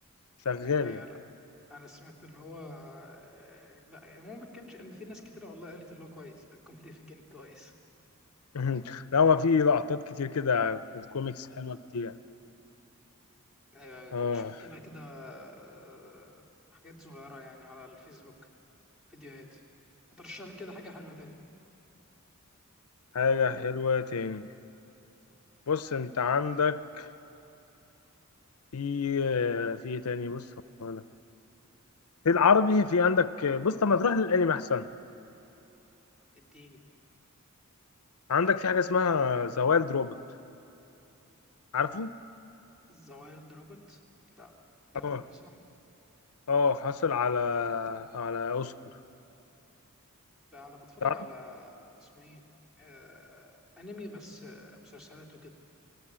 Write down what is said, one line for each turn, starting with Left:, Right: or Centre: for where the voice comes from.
Left: شغال
Centre: أيوه أيوه
Left: يعني
Centre: لأ أنا سمعت إن هو آه، لأ ما كانش إن في ناس كتير والله قالت إن هو كويس الكوميديا فيه كان كويس
Left: <laughs> لا هو في لقطات كتير كده كو- كوميكس حلوة كتير
Centre: أيوه أيوة، كنت
Left: اه
Centre: شفت لها كده آه، حاجات صغيرة يعني على الفيسبوك فيديوهات هترشح لي كده حاجة حلوة تاني
Left: حاجة حلوة تاني بص انت عندك في في ايه تاني بص هقول لك في العربي في عندك بص طب ما تروح للانمي احسن
Centre: اديني
Left: عندك في حاجة اسمها ذا وايلد روبوت عارفه؟
Centre: ذا وايلد روبوت لا ده
Left: اه
Centre: فيلم صح
Left: اه حصل على على اوسكار
Centre: لا انا بتفرج
Left: تعرف
Centre: على اسمه ايه آه... انمي بس آه، مسلسلات وكده